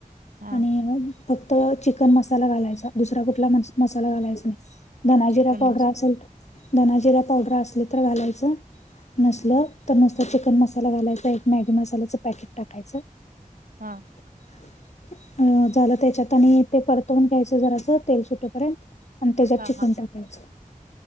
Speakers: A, on the right (about 75°); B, on the left (about 50°).
A: हां,
B: आणि फक्त चिकन मसाला घालायचा दुसरा कुठला मसाला घालायचा नाही धना
A: चिकन
B: जिरा पावडर
A: मसाला.
B: असेल धना जिरा पावडर असले तर घालायचं नसल तर नुसत चिकन मसाला घालायचा एक मॅगी मसाल्याच पॅकेट टाकायचं
A: हा
B: आवाज नाही अ झालं त्याच्यात आणि ते परतवून घ्यायचं जराच तेल सुटेपर्यंत आणि त्याच्यात
A: हां,
B: चिकन
A: हां.
B: टाकायचं